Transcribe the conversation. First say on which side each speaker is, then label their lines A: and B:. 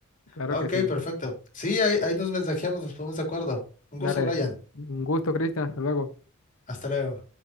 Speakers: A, on the left; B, on the left.
A: Claro
B: ok,
A: que sí.
B: perfecto. Sí, ahí, ahí nos mensajeamos, nos ponemos de acuerdo. Un
A: Dale.
B: gusto, Brian.
A: Un gusto, Cristian. Hasta luego.
B: Hasta luego.